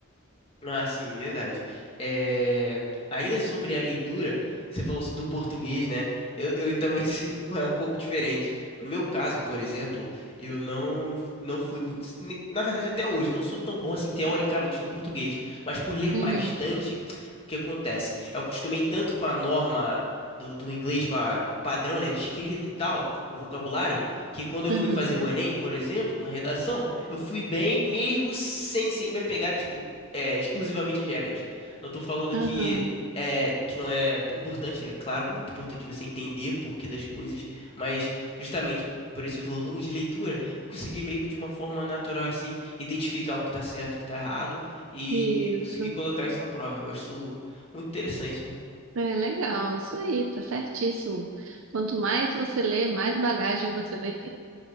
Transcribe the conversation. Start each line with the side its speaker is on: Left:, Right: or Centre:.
Left: Ah, sim, verdade. É, Ainda sobre a leitura, você falou do português, né? Eu, eu também <laughs> sigo é um pouco diferente. No meu caso, por exemplo, eu não, não fui muito. ni- Na verdade, até hoje, eu não sou tão bom assim, teoricamente, do português. Mas por ler bastante,
Right: Uhum,
Left: o que acontece? Eu acostumei tanto com a norma do, do inglês, com, a, com o padrão, né, de escrita e tal, com o vocabulário, que quando eu
Right: uhum,
Left: fui fazer o Enem, por exemplo, na redação, eu fui bem, mesmo sem, sem me apegar, tipo é, exclusivamente as regras. Não estou falando
Right: uhum.
Left: que é, que não é importante, é claro, muito importante você entender o porquê das coisas, mas justamente por esse volume de leitura, eu consegui meio que de uma forma natural, assim, identificar o que tá certo, o que tá errado e
Right: Isso.
Left: conseguir colocar isso na prova. Eu acho isso muito interessante, né?
Right: É legal, isso aí, tá certíssimo. Quanto mais você lê, mais bagagem você vai ter.